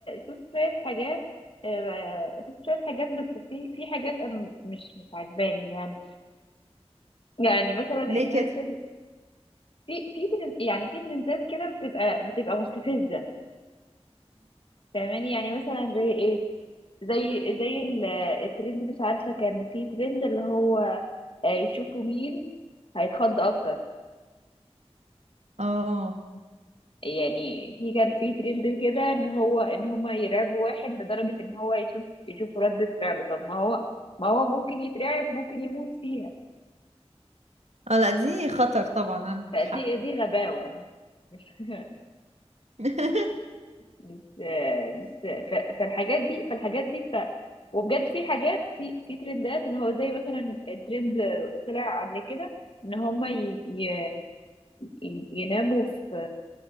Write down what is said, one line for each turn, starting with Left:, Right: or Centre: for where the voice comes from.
Left: شفت شويه حاجات آه، شفت شويه حاجات بس في في حاجات انا مش مش عجباني يعني يعني مثلا الناس
Right: ليه كده
Left: ال... في في ترند يعني في ترندات كده بتبقى بتبقى مستفزه فاهماني يعني مثلا زي ايه زي زي ال- الترند مش عارفه كان في ترند اللي هو آه، يشوفوا مين هيتخض اكتر
Right: اه
Left: يعني في كان في ترند كده ان هو ان هما يرعبوا واحد لدرجة ان هو يشوف يشوف ردة فعله طب ما هو ما هو ممكن يترعب ممكن يموت فيها
Right: اه لا دي خطر طبعا عندك
Left: فدي
Right: حق
Left: دي غباوة <laughs>
Right: <laughs>
Left: مش مش ف- فالحاجات دي فالحاجات دي ف وبجد في حاجات في في ترندات اللي هو زي مثلا الترند طلع قبل كده ان هما ي... ي... ي- يناموا في